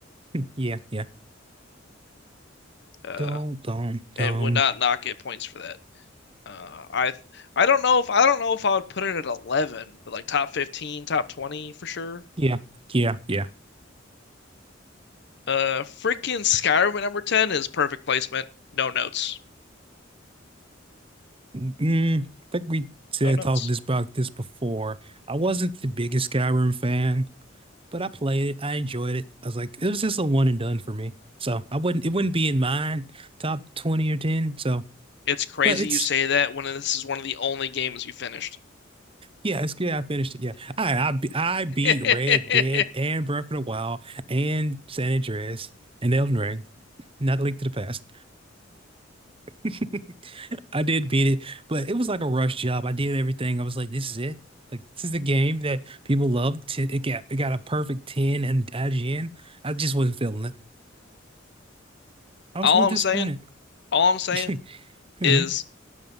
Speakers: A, on the right; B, on the left.
A: Yeah. Yeah.
B: Uh,
A: Dum dum dum.
B: and would not knock it points for that. Uh, I I don't know if I don't know if I would put it at 11, but like top 15, top 20 for sure.
A: Yeah. Yeah. Yeah.
B: Uh, freaking Skyrim at number 10 is perfect placement. No notes.
A: Mm, I think we said
B: No notes.
A: talked this about this before. I wasn't the biggest Skyrim fan, but I played it. I enjoyed it. I was like, it was just a one and done for me. So I wouldn't it wouldn't be in mine top 20 or 10. So
B: It's crazy
A: but it's
B: you say that when this is one of the only games you finished.
A: yeah, it's yeah, I finished it. Yeah. I I be- I beat
B: <laughs>
A: Red Dead and Breath of the Wild and San Andreas and Elden Ring. Not a link to the past. <laughs> I did beat it, but it was like a rush job. I did everything. I was like, this is it. Like this is the game that people love. T- It got it got a perfect 10 and IGN. I just wasn't feeling it. I was
B: All
A: a little
B: I'm
A: disappointed.
B: saying, all I'm saying
A: <laughs> hmm
B: is